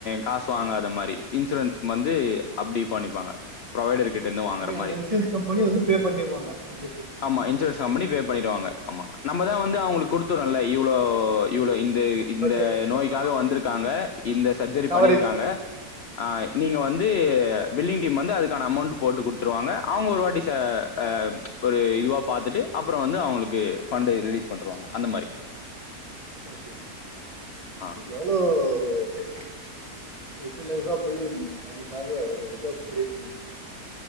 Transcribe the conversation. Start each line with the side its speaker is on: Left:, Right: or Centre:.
Left: காசு வாங்காத மாரி இன்சூரன்ஸ் வந்து அப்டி பண்ணிப்பாங்க ப்ரொவைடரு இங்கிட்ட இருந்து வாங்கற
Right: ஐ மீன்
Left: மாரி
Right: அந்த இன்சூரன்ஸ் கம்பெனி வந்து பே பண்ணிடுவாங்க அதுக்கு
Left: ஆமா
Right: அவங்களுக்காக
Left: இன்சூரன்ஸ் கம்பெனி பே பண்ணிடுவாங்க ஆமா நம்ம தா வந்து
Right: ஓகே
Left: அவங்களுக்கு கொடுத்துடுரன்ல இ ஆ இவ்ளோ இந் தே இந்த
Right: பட்ஜெட்
Left: நோய்க்காக
Right: ஆமா
Left: வந்திருக்காங்க இந்த சர்ஜரி
Right: கவரேஜ்
Left: பண்ணியிருக்காங்க ஆ நீங்க வந்து பில்டிங் டீம் வந்து அதுக்கான அமௌண்ட் போட்டு குடுத்துருவாங்க அவங்க ஒரு வாட்டி ச அ ஒரு இதுவா பாாரத்துட்டு அப்புற வந்து அவங்களுக்கு ஃபண்ட ரிலீஸ் பண்ணிருவாங்க அந்த மாரி
Right: ஓகே ஓகே
Left: ஆ
Right: எவ்ளோ ஆ <unintelligible> போய் அதுக்காக ஒரு உத கிரேட் பண்ணி